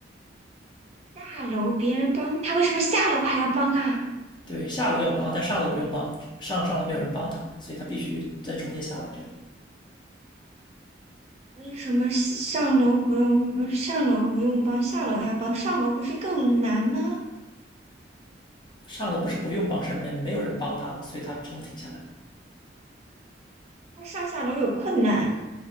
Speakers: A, on the right; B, on the left.
A: 下楼别人帮，他为什么下楼还要帮啊？
B: 对，下楼要帮，但上楼不用帮，上上楼没有人帮他，所以他必须在中间下来这样。
A: 为什么上楼不用，上楼不用帮，下楼还要帮？上楼不是更难吗？
B: 上楼不是不用帮，是没没有人帮他，所以他只能停下来。
A: 他上下楼有困难，